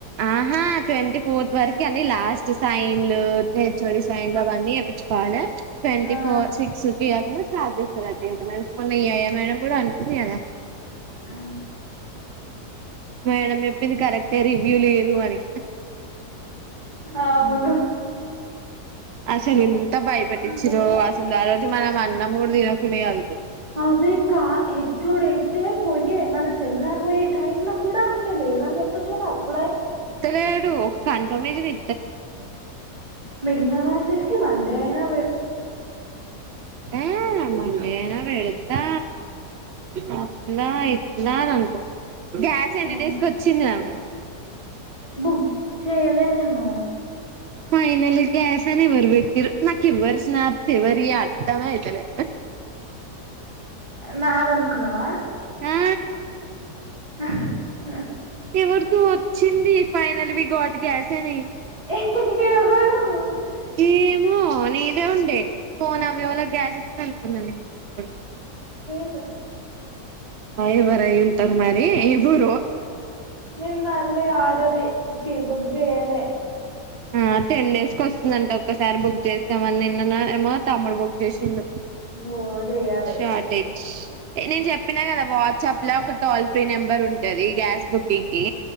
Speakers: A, on the right; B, on the right.
A: ఆహా ట్వంటీ ఫోర్త్ వరకు అని లాస్ట్ సైన్లు హెచ్ఓడి సైన్లు అవన్నీ వప్పించుకోవాలి ట్వంటీ
B: ఆ
A: ఫోర్ సిక్స్ కి అ స్టార్టింగ్ మొన్న ఎ ఐ మేడం కూడా అనుకుంది కదా
B: ఆ
A: మేడం చెప్పింది కరెక్టే రివ్యూ లేదు అని
B: అవును
A: ఉమ్ అసలు
B: అవును.
A: ఇంత బయపెట్టించిరో అసలు ఆ రోజు మనం ఆ అన్నం కూడా దిన ఉండే కాదు
B: అదేకా హెచ్ఒ డి అయితే పోయే మనం సెమినార్ పోయే టైమ్ లో కూడా ఆయన లేదా చెప్పొచ్చు కదా అప్పుడే
A: ఇలేడు ఒక కన్ఫర్మేషన్ ఇ
B: మెగినా బ్రాంచెస్కీ మ అంటేయినా
A: ఆ అ ఏనా వెళుతా ఆ నా ఇ అంత గ్యాస్ ఎనీ
B: ఆ
A: డేస్ కి వచ్చింది రామె
B: బుక్ చెయ్యలే నేను
A: ఫైనల్ గ్యాసనే వర్బట్టిరు నాకు ఇవ్వర్ స్నాప్ ఫివరి అర్తామ అయితలే
B: నాదనుకున్నావా
A: ఆ
B: ఆ
A: ఎవరితూ వచ్చింది ఫైనల్ బ గట్ గ్యాసేని
B: ఏవరు
A: ఏమో నీదే ఉండే ఫోన్ అవళ గ్యాసెసింది అనుకున్నా నేను అప్పు
B: బ
A: ఎవరా ఇ తర్ మరి ఇఊరు
B: నిన్ అళ్ళ ఆడరి జి బుగ్దియాల
A: ఆ టెన్ డేస్ క వస్తుందంటే ఒక్కసారి బుక్ చేస్తామని నిన్న ఏమో తమ్ముడు బుక్ చేసిండు
B: ఓ చెయ్యాలి అయితే
A: షార్టేజ్
B: నేను కూడా
A: నేను చెప్పినా కదా వాట్సాప్ ఇలా ఒక టోల్ ఫ్రీ నెంబర్ ఉంటది గ్యాస్ బుకింగ్ కి